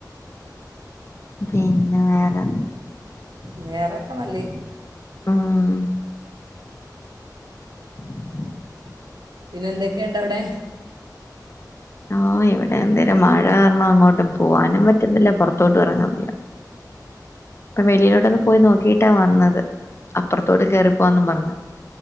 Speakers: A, on the left; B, on the right.
A: പിന്നെ വേറെ
B: വേറെൊക്കെ നല്ലേ
A: ആഹ ഉ <unintelligible>
B: പിന്നെ എന്തൊക്കെയുണ്ട് അവിടെ
A: ഓ ഇവിടെ എന്തേിലും മഴ കാരണം അങ്ങോട്ടും പോവാനും പറ്റുന്നില്ല പുറത്തോട്ട് ഇറങ്ങാൻ വയ്യ അപ്പ വെളിയിലോട്ടുങ് പോയി നോക്കിട്ടാ വന്നത് അപ്പുറത്തോട്ട കയറിപ്പോവാന്നും പറഞ്ഞു